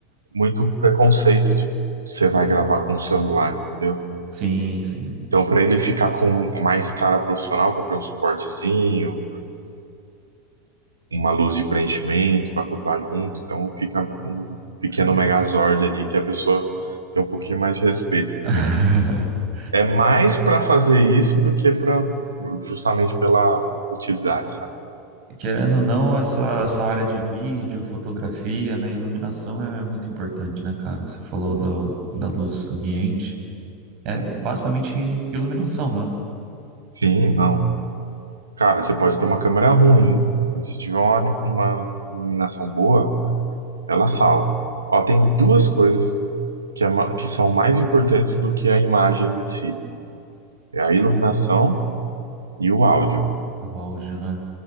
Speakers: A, on the right; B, on the right.
A: muito preconceito de que você vai gravar com o celular, entendeu?
B: Sim, sim.
A: Então para ele ficar com mais cara profissional, eu comprei um suportezinho, uma luz de preenchimento para acoplar junto, então fica um pequeno
B: Não.
A: megazord ali que a pessoa tem um pouquinho mais de respeito, entendeu?
B: <laughs>
A: É mais para fazer isso do que para justamente pela utilidade, sabe?
B: Querendo ou não, essa, essa área de vídeo, fotografia, né, iluminação é muito importante, né, cara? Você falou do, da luz ambiente, é basicamente iluminação, né?
A: Sim, não. Cara, você pode ter uma câmera ruim, se você tiver uma, uma iluminação boa, ela salva. Ó, tem duas coisas que, é ma- que são mais importantes do que a imagem em si, é a iluminação e o áudio.
B: O áudio, né?